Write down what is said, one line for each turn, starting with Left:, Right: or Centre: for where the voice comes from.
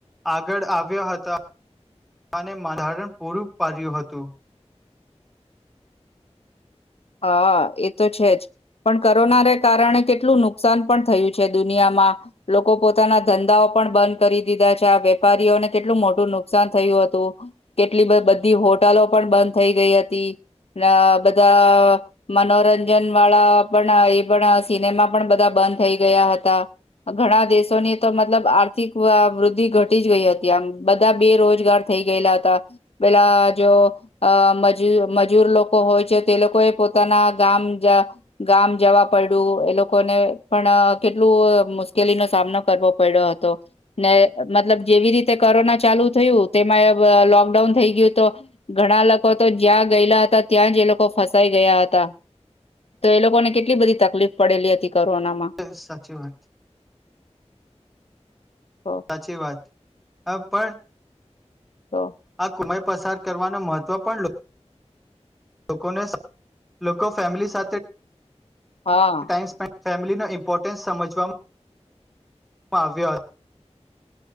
Centre: આગળ આવ્યા હતાં. અને માધારણ પૂરું પાડ્યું હતું.
Left: હા એ તો છેજ. પણ કોરોનાને કારણે કેટલું નુકસાન પણ થયું છે દુનિયામાં. લોકો પોતાના ધંધાઓ પણ બંધ કરી દીધા છે. આ વેપારીઓને કેટલું મોટું નુકસાન થયું હતું. કેટલી બ બધી હોટલો પણ બંધ થઈ ગઈ હતી. ને બધા કો મનોરંજન વાળા પણ એ પણ સિનેમા પણ બધા બંધ થઈ ગયા હતા. ઘણા દેશોની તો મતલબ આર્થિક વ વૃદ્ધિ ઘટી જ ગઈ હતી. આમ બધા બેરોજગાર થઈ ગયેલા હતા. પેલા જો અ મજૂર લોકો હોય છે તે લોકોએ પોતાના ગામ જ ગામ જવા પડ્યું. એ લોકોને પણ અ કેટલું અ મુશ્કેલીનો સામનો કરવો પડ્યો હતો. ને મતલબ જેવી રીતે કોરોના ચાલુ થયું, તેમાં એવ લોકડાઉન થઈ ગયું, તો ઘણા લોકો તો જ્યાં ગયેલા હતા ત્યાં જ એ લોકો ફસ સાઇ ગયા હતા. તો એ લોકોને કેટલી બધી તકલીફ પડેલી હતી. કોરોનામાં
Centre: એમ સાચી વાત.
Left: તો
Centre: સાચી વાત. હ પણ
Left: તો.
Centre: આ કુમાઈ પસાર કરવાનું મહત્વ પણ લો લોકોને સ લોકો ફેમિલી સાથે
Left: હા.
Centre: ટાઈમ સ્પેન્ડ ફેમિલીનો ઇમ્પોર્ટન્સ સમજવામાં આવ્યા હ